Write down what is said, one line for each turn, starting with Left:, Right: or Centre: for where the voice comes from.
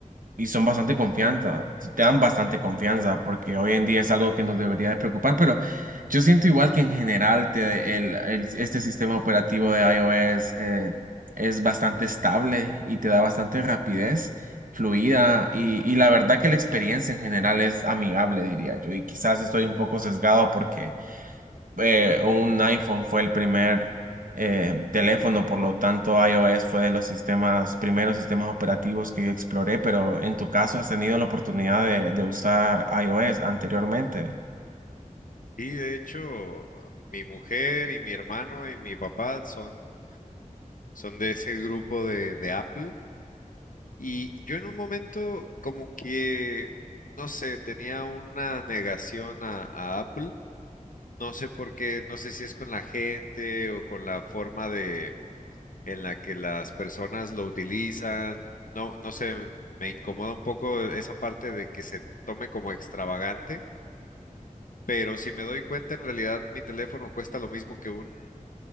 Right: y son bastante confianza, te dan bastante confianza, porque hoy en día es algo que nos debería de preocupar, pero yo siento igual que en general te- el- el- este sistema operativo de iOS eh, es bastante estable y te da bastante rapidez fluida y, y la verdad que la experiencia en general es amigable, diría yo, y quizás estoy un poco sesgado porque eh, un iPhone fue el primer eh, teléfono, por lo tanto iOS fue de los sistemas, primeros sistemas operativos que yo exploré, pero en tu caso has tenido la oportunidad de, de usar iOS anteriormente.
Left: Y de hecho, mi mujer y mi hermano y mi papá son Son de ese grupo de, de Apple. Y yo en un momento como que, no sé, tenía una negación a, a Apple. No sé por qué, no sé si es con la gente o con la forma de en la que las personas lo utilizan. No, no sé, me incomoda un poco esa parte de que se tome como extravagante. Pero si me doy cuenta, en realidad mi teléfono cuesta lo mismo que un,